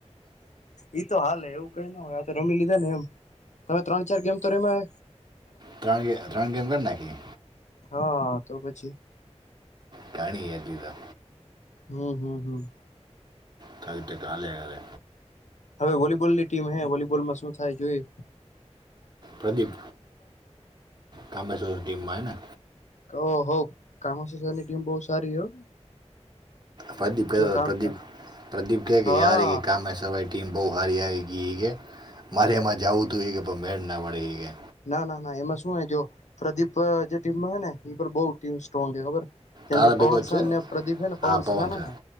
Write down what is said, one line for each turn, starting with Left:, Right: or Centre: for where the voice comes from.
Left: ઈતો હાલે એવું કંય ન હોય આપે રમી લીધા ને એમ. તવે ત્રણ ચાર ગેમ તો રેવા.
Right: ત્રણય રણજંગલ નાખી.
Left: હાઆઆ તો પછી.
Right: કાણીએ જુદા.
Left: હમ હમ હમ.
Right: થાઈટ કલે આવે.
Left: હવે વોલીબોલની ટીમ હે વોલીબોલમાં શું થાય એ જોયે.
Right: પ્રદીપ કામેમેશ્વર ટીમમાં હેને.
Left: ઓ હો કમા સની ટીમ બહુ સારી હો
Right: પ્રદીપ કે
Left: જો
Right: <unintelligible>
Left: કામ
Right: પ્રદીપ પ્રદીપ કેય કેક
Left: હા
Right: યાર કમાંશ વૈટ. ટીમ બૌવ હારી આવી ગઈ કે મારે એમાં જાવું હતું એ કે પણ મેળ નાપડી એકે.
Left: ના ના ના એમાં શું જો પ્રદીપ જે ટીમ હોય ને ઈ બો ટીમ સ્ટ્રોંગ છે ખબર. કેમ
Right: તારા
Left: કે પવનસનને
Right: ભેગો જ છે
Left: પ્રદીપ હે ને પવનસ
Right: હા પવન
Left: ના ના
Right: છે
Left: ના